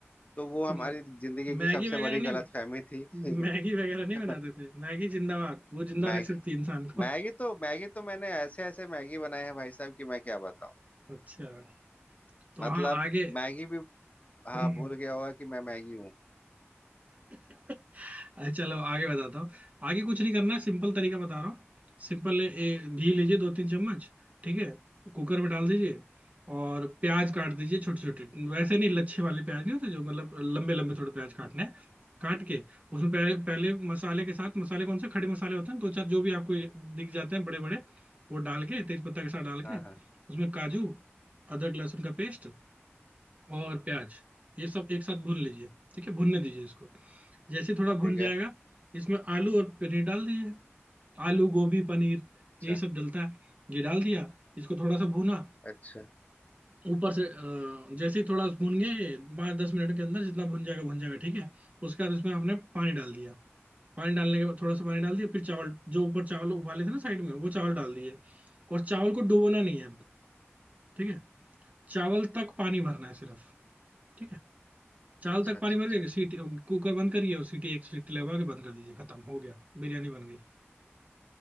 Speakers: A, on the left; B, on the right.
A: तो वो हमारी
B: तो
A: जिंदगी की
B: मैगी
A: सबसे
B: वगैरह
A: बड़ी
B: नहीं
A: गलतफहमी थी
B: मैगी वगैरह नहीं
A: <laughs>
B: बनाते थे मैगी जिंदाबाद वो जिंदा
A: मैगी
B: रख सकती है इंसान को
A: मैगी तो मैगी तो मैंने ऐसे ऐसे मैगी बनाए हैं भाई साहब कि मैं क्या बताऊं
B: अच्छा तो
A: मतलब
B: हाँ आगे
A: मैगी भी हाँ
B: हम्म।
A: भूल गया होगा कि मैं मैगी हूँ
B: <laughs> अरे चलो आगे बताता हूँ आगे कुछ नहीं करना है सिंपल तरीका बता रहा हूँ सिंपल ए- ए- घी लीजिए दो तीन चम्मच ठीक है कुकर में डाल दीजिए और प्याज काट दीजिए छोटे छोटे वैसे नहीं लच्छे वाले प्याज नहीं होते जो मतलब लंबे लंबे थोड़े प्याज काटने हैं काट के उसमें पहले पहले मसाले के साथ मसाले कौन से खड़े मसाले होते हैं दो चार जो भी आपको दिख जाते हैं बड़े बड़े वो डाल के तेज पत्ता के साथ डाल
A: हाँ
B: के
A: हाँ
B: उसमें काजू अदरक लहसुन का पेस्ट और प्याज ये सब एक साथ भून लीजिए ठीक है भूनने दीजिए इसको जैसे थोड़ा
A: ठीक
B: भुन जाएगा
A: है
B: इसमें आलू और पनीर डाल दीजिए आलू गोभी पनीर
A: अच्छा
B: यही सब डलता है ये डाल दिया इसको थोड़ा सा भुना
A: अच्छा
B: ऊपर से अ, जैसे ही थोड़ा भुन गया ये पाँच दस मिनट के अंदर जितना भुन जाएगा भुन जाएगा ठीक है उसके बाद इसमें आपने पानी डाल दिया पानी डालने के बाद थोड़ा सा पानी डाल दिया फिर चावल जो ऊपर चावल उबाले थे ना साइड में वो चावल डाल दिए और चावल को डुबोना नहीं है अब ठीक है चावल तक पानी भरना है सिर्फ ठीक है चावल
A: अच्छा
B: तक
A: अच्छा
B: पानी भर
A: अच्छा
B: के
A: अच्छा
B: सीटी कुकर बंद करिए और सीटी एक सीटी लगवा के बंद कर दीजिए खत्म हो गया बिरयानी बन गई